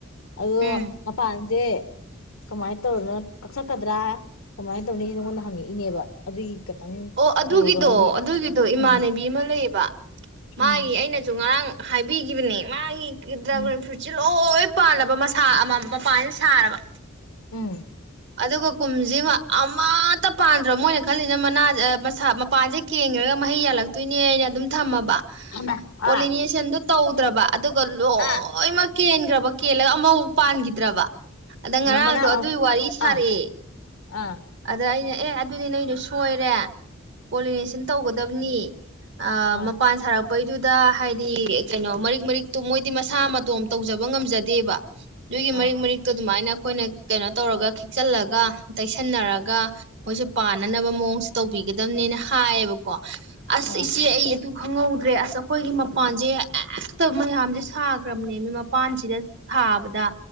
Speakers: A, on the left (about 80°); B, on the right (about 60°).
A: ꯑꯗꯨ
B: ꯎꯝ
A: ꯃꯄꯥꯟꯖ ꯀꯃꯥꯏ ꯇꯧꯔꯒ ꯀꯛꯆꯛꯀꯗ꯭ꯔꯥ ꯀꯃꯥꯏ ꯇꯧꯅꯤꯖ ꯅꯪꯉꯣꯟꯗ ꯍꯪꯉꯛꯏꯅꯦꯕ ꯑꯗꯨꯒꯤ ꯈꯤꯇꯪ
B: ꯑꯣ ꯑꯗꯨꯒꯤꯗꯣ
A: ꯀꯩꯅꯣꯗꯣ ꯍꯥꯏꯗꯤ
B: ꯑꯗꯨꯒꯤꯗꯣ ꯏꯃꯥꯟꯅꯕꯤ
A: ꯎꯝ
B: ꯑꯃ ꯂꯩꯌꯦꯕ ꯃꯥꯒꯤ
A: ꯎꯝ
B: ꯑꯩꯅꯁꯨ ꯉꯔꯥꯡ ꯍꯥꯏꯕꯤꯒꯤꯕꯅꯦ ꯃꯥꯒꯤ ꯗ꯭ꯔꯥꯒꯟ
A: ꯎꯝ
B: ꯐ꯭ꯨꯔꯠꯁꯤ ꯂꯣꯏ ꯄꯥꯜꯂꯕ ꯃꯁꯥ ꯑꯃ ꯃꯄꯥꯟꯁꯤ ꯁꯥꯔꯕ
A: ꯎꯝ
B: ꯑꯗꯨꯒ ꯀꯨꯝꯁꯤ ꯃꯥ ꯑꯃꯠꯇ ꯄꯥꯟꯗ꯭ꯔꯕ ꯃꯣꯏꯅ ꯈꯜꯂꯤꯖꯤꯅ ꯃꯅꯥꯁ ꯑꯥ ꯃꯁꯥ ꯃꯄꯥꯟꯁꯦ ꯀꯦꯟꯈ꯭ꯔꯒ ꯃꯍꯩ ꯌꯥꯟꯂꯛꯇꯣꯏꯅꯦꯅ ꯑꯗꯨꯝ ꯊꯝꯃꯕ
A: <unintelligible>
B: ꯄꯣꯂꯤꯅꯦꯁꯟꯗꯣ ꯇꯧꯗ꯭ꯔꯕ ꯑꯗꯨꯒ ꯂꯣꯏꯃꯛ
A: ꯑꯥ
B: ꯀꯦꯟꯒ꯭ꯔꯕ ꯀꯦꯜꯂꯒ ꯑꯃꯐꯥꯎ ꯄꯥꯟꯈꯤꯗ꯭ꯔꯕ ꯑꯗ
A: ꯍꯩꯃꯥ
B: ꯉꯔꯥꯡꯗꯣ
A: ꯃꯅꯥ ꯑꯥ
B: ꯑꯗꯨꯒꯤ ꯋꯥꯔꯤ ꯁꯥꯔꯛꯑꯦ
A: ꯑꯥ ꯑꯥ
B: ꯑꯗ ꯑꯩꯅ ꯑꯦ ꯑꯗꯨꯗꯤ ꯅꯣꯏꯗꯣ ꯁꯣꯏꯔꯦ ꯄꯣꯂꯤꯅꯦꯁꯟ ꯇꯧꯒꯗꯕꯅꯤ <inaudible> ꯑ
A: ꯑꯥ
B: ꯃꯄꯥꯟ ꯁꯥꯔꯛ ꯄꯩꯗꯨꯗ ꯍꯥꯏꯗꯤ ꯀꯩꯅꯣ ꯃꯔꯤꯛ ꯃꯔꯤꯛꯇꯣ ꯃꯣꯏꯗꯤ ꯃꯁꯥ ꯃꯇꯣꯝ ꯇꯧꯖꯕ ꯉꯝꯖꯗꯦꯕ ꯅꯣꯏꯒꯤ
A: ꯑꯥ
B: ꯃꯔꯤꯛ ꯃꯔꯤꯇꯣ ꯑꯗꯨ ꯃꯥꯏꯅ ꯑꯩꯈꯣꯏꯅ ꯀꯩꯅꯣ ꯇꯧꯔꯒ ꯇꯛꯆꯜꯂꯒ ꯇꯩꯁꯟꯅꯔꯒ ꯃꯣꯏꯁꯦ ꯄꯥꯟꯅꯕ ꯃꯑꯣꯡꯁꯦ ꯇꯧꯕꯤꯒꯗꯕꯅꯦꯅ ꯍꯥꯏꯌꯦ ꯕꯀꯣ ꯑꯁ
A: ꯑꯥ
B: ꯏꯆꯦ ꯑꯩ ꯑꯗꯨ ꯈꯪꯍꯧꯗ꯭ꯔꯦ ꯑꯁ ꯑꯩꯈꯣꯏꯒꯤ ꯃꯄꯥꯟꯁꯦ ꯍꯦꯛꯇ ꯃꯌꯥꯝꯁꯦ ꯁꯥꯈ꯭ꯔꯕꯅꯦꯃꯤ ꯃꯄꯥꯟꯁꯤꯗ ꯊꯥꯕꯗ